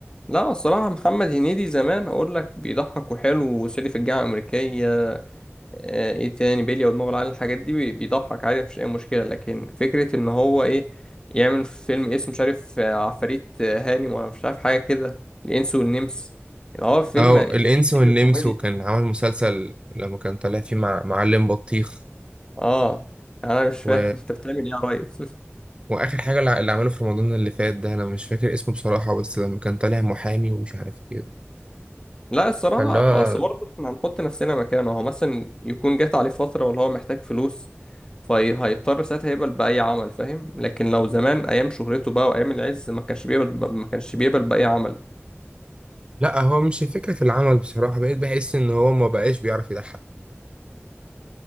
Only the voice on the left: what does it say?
لا الصراحة محمد هنيدي زمان أقول لك بيضحك وحلو وصعيدي في الجامعة الأمريكية آه، ايه تاني بيليا ودماغه العالي الحاجات دي بي- بيضحك عادي مفيش اي مشكله لكن فكره ان هو ايه يعمل فيلم اسمه مش عارف آه، عفاريت آه، هاني ولا مش عارف حاجه كده الانس والنمس يعني هو فيلم
يعني
فيلم
الكوميديا
اه انا مش
فاهم <laughs> انت بتعمل ايه يا ريس
<laughs> لا الصراحه
اصل برضه احنا هنحط نفسنا مكانه هو مثلا يكون جات عليه فتره ولا هو محتاج فلوس فهيضطر ساعتها يقبل بأي عمل فاهم لكن لو زمان أيام شهرته بقى وأيام العز ما كانش بيقبل ما كانش بيقبل بأي عمل